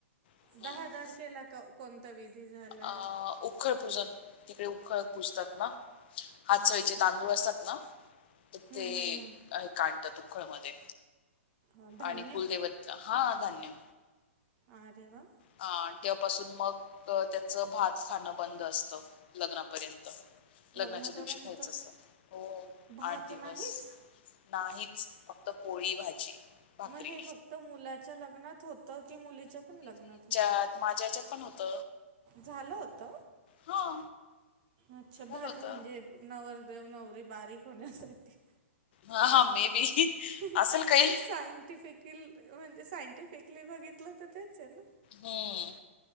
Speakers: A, on the left; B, on the right.
A: हम्म.
B: दहा तारखेला, क-कोणता विधी झालाय?
A: अं, उखळ पुजन, तिकडे उखळ पुजतात ना, हातसळीचे
B: अच्छा
A: तांदूळ असतात ना
B: हम्म,
A: ते
B: हम्म, हम्म.
A: अ काढतात उखळ मध्ये
B: अं, धान्य
A: आणि, कुदैवत हां, धान्य
B: आरे वा!
A: अ तेव्हापासून, मग त्याच, भात खाणं बंद असतं. लग्नापर्यंत लग्नाच्या
B: लग्नापर्यंत
A: दिवशी खायचं असत,
B: भात
A: आठ दिवस
B: नाहीच
A: नाहीच, फक्त पोळी भाजी. भाकरी
B: म हे फक्त, मुलाच्या लग्नात होतं, की मुलीच्या पण लग्नात होत?
A: ऍप, माझ्या याच्यात पण, होत.
B: झालं होत.
A: हा
B: अच्छा भात,
A: झालं होत
B: म्हणजे नवरदेव- नवरी बारीक होण्यासाठी.
A: हा हा, मे बी.
B: ह्हणणं,
A: असेल काही
B: सायंटिफिकल, म्हणजे सायंटिफिकली बघितलं, तर तेच ये ना?
A: हम्म,